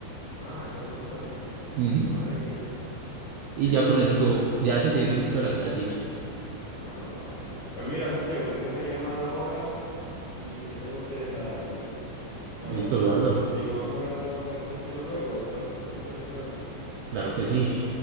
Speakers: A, on the left; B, on the right.
A: Ah, eso no lo sabía tampoco.
B: Ujú.
A: Madre mía.
B: Y
A: Crea-
B: ya con eso tú, ya eso te dice mucho de la creatina.
A: Ah, vale, vale. Pues mira, Santiago, tengo una llamada ahora y te tengo que dejar, tío. Nada.
B: <laughs> Listo, Eduardo.
A: Continuamos la conversación luego. Está bastante interesante.
B: Claro que sí.